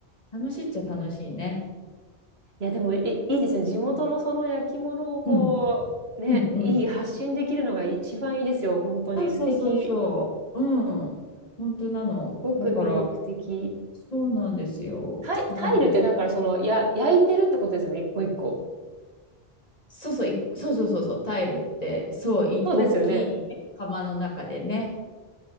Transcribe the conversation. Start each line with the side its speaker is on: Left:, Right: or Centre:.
Left: 楽しいっちゃ楽しいね。
Right: いや、でも、い、いいですね。地元のその焼き物をこう、
Left: うん、
Right: ね、
Left: うん、うん。
Right: いい発信できるのが一番いいですよ。本当に素敵。
Left: そうそうそうそう、うん、本当なの。
Right: すごく魅力的。
Left: だから、そうなんですよ。
Right: タイ、
Left: なん
Right: タイルってだからその、や、焼いてるってことですよね。一個一個。
Left: そうそう、いそうそうそうそう、タイルって、そう、い、
Right: そうですよね。
Left: 大きいね釜の中でね、